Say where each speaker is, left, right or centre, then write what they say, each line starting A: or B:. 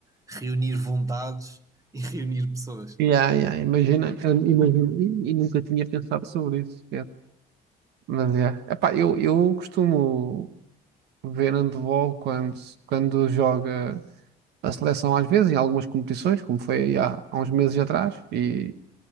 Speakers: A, on the right; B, on the right.
A: Reunir vontades e <laughs> reunir pessoas.
B: Yeah, yeah, imagina, imagina, e e nunca tinha pensado sobre isso. Mas é. Epá, eu, eu costumo ver handball quando, quando joga a seleção, às vezes, em algumas competições, como foi aí há, há uns meses atrás, e,